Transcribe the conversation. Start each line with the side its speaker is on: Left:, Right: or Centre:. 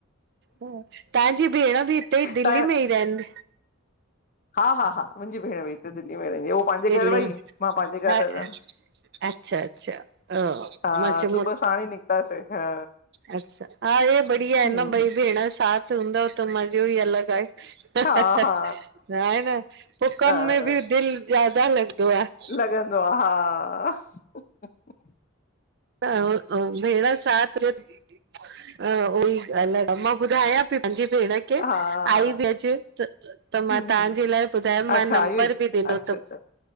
Right: ह तव्हांजी भेण बि हिते ई दिल्ली
Left: त
Right: में ई रहंदी
Left: हा हा हा मुंहिंजी भेण बि हिते दिल्ली में रहंदी आहे उह पंहिंजे
Right: दिल्ली
Left: घर वई
Right: में
Left: मां पंहिंजे घर
Right: हा
Left: वयम
Right: अच्छा अच्छा हा
Left: हा
Right: मां चयो
Left: सुबह साणी निकतासि हा
Right: अच्छा हा इ बढिया आहे
Left: हूं
Right: न
Left: हूं
Right: ॿई भेण साथ हूंदव त मज़ो ई अलग आहे ह
Left: हा
Right: ह
Left: हा
Right: ह आहे न पोइ कम
Left: हा
Right: में बि दिलि ज्यादा लॻंदो आहे
Left: लॻंदो आहे हा
Right: भेण साथ उहई ॻालि आहे मां ॿुधायां पंहिंजी भेण खे
Left: हा
Right: आई बि अचे त मां
Left: हूं
Right: तव्हांजे
Left: हूं
Right: लाइ ॿुधायमि
Left: अच्छा
Right: मां नंबर
Left: इहो ई
Right: बि ॾिनो
Left: अच्छा अच्छा